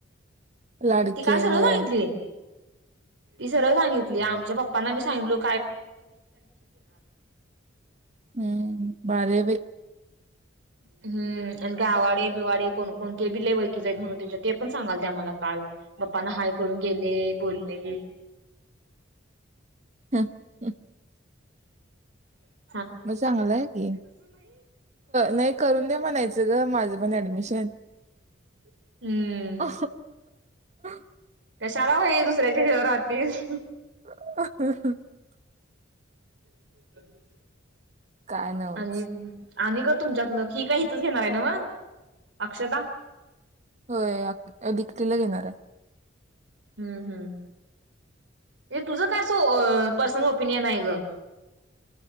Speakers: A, on the right (about 35°); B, on the right (about 65°).
A: लाडकी
B: ती काल
A: आहे
B: सरळ
A: वय
B: सांगितली. ती सरळ सांगितली आमच्या पप्पांना मी सांगितलो
A: हम्म भारी आहे बाई.
B: हम्म आणि ते आवाडे बिवाडे कोन कोन तेबी लयी ओळखिचे आहेत म्हणून तीच्या ते पण सांगालती ते पण सांगा आम्हाला काल पप्पना हाय करून गेले बोलले.
A: ह ह <unintelligible>
B: ह <unintelligible>
A: मग चांगला आहे. की नाही, करून दे म्हणायचं ग माझं पण ऍडमिशन
B: हम्म
A: अ <unintelligible>
B: कशाला बाई दुसऱ्याच्या जीवावर राहतीस.
A: <unintelligible>
B: <inaudible>
A: काय नव्हच.
B: आणि आणि ग तुमच्यातन ही काही इथच घेणार आहे. नव्ह अक्षता
A: होय दिकेटीला घेणार आहे.
B: हम् हम् हे तुझं काय अस पर्सनल ओपिनियन आहे ग